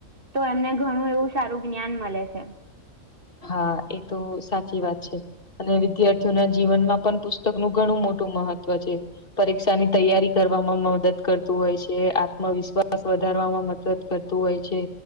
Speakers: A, on the right; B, on the left.
A: તો એમને ઘણું એવું સારું જ્ઞાન મલે છે.
B: હા, એ તો સાચી વાત છે. અને વિદ્યાર્થીઓના જીવનમાં પણ પુસ્તકનું ઘણું મોટું મહત્વ છે. પરીક્ષાની તૈયારી કરવામાં મદદ કરતું હોય છે. આત્મવિશ્વાસ વધારવામાં મદદ કરતું હોય છે.